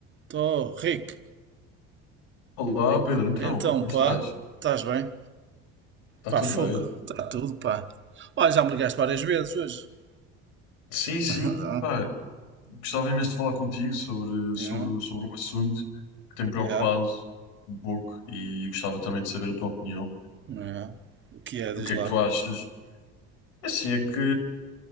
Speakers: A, on the right; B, on the left.
A: Tô, Rick,
B: Olá
A: Rick.
B: Pedro, então,
A: Então,
B: como
A: pá,
B: estás?
A: estás bem?
B: Está
A: Pá,
B: tudo
A: fogo,
B: bem?
A: está tudo, pá. Olha, já me ligaste várias vezes hoje. <laughs>
B: Sim, sim,
A: Ah,
B: pá, gostava imenso de falar contigo sobre, sobre,
A: yeah,
B: sobre um assunto que tem me preocupado
A: yeah,
B: um pouco e gostava também de saber a tua opinião.
A: yeah. O que é, diz
B: O que
A: lá?
B: é que tu achas? É Assim, é que